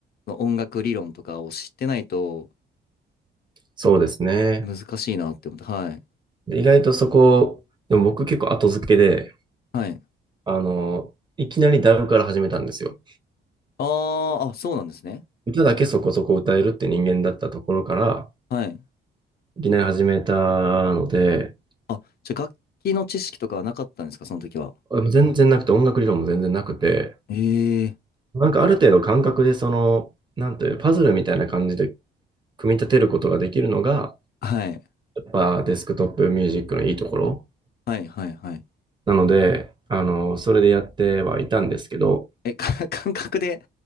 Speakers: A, on the left; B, on the right.
A: その音楽理論とかを知ってないと
B: そうですね。
A: 難しいなって思って、はい。
B: で意外とそこ、でも僕結構後付けで、
A: はい。
B: あの、いきなりダウから始めたんですよ。
A: あーあ、そうなんですね。
B: 歌だけそこそこ歌えるって人間だったところから、
A: はい。
B: いきなり始めたので、
A: あ、じゃあ楽器の知識とかはなかったんですか、その時は。
B: 全然なくて、音楽理論も全然なくて、
A: ええ
B: なんかある程度感覚で、その、なんていう、パズルみたいな感じで組み立てることができるのが、
A: はい。
B: やっぱデスクトップミュージックのいいところ
A: はい、はい、はい。
B: なので、あの、それでやってはいたんですけど、
A: え、か <laughs> 感覚で